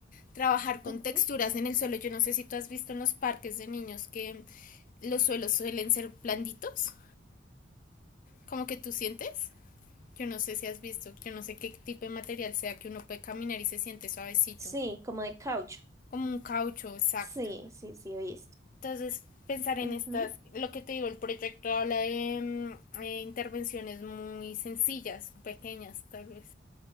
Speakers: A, on the left; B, on the right.
A: trabajar con
B: Ujú.
A: texturas en el suelo. Yo no sé si tú has visto en los parques de niños que los suelos suelen ser blanditos, como que tú sientes. Yo no sé si has visto, yo no sé qué tipo de material sea que uno puede caminar y se siente suavecito,
B: Sí, como de caucho.
A: como un caucho, exacto.
B: Sí, sí, sí, he visto.
A: Entonces, pensar en
B: Ujú.
A: estas, lo que te digo, el proyecto habla de mm, eh, intervenciones muy sencillas, pequeñas tal vez.